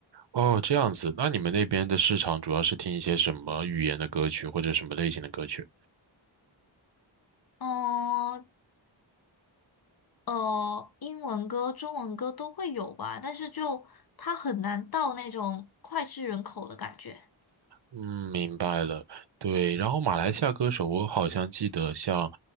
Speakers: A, on the right; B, on the left.
A: 哦，这样子，那你们那边的市场主要是听一些什么语言的歌曲，或者什么类型的歌曲？
B: 哦，呃，英文歌、中文歌都会有吧，但是就它很难到那种脍炙人口的感觉。
A: 嗯，明白了。对，然后马来西亚歌手，我好像记得像，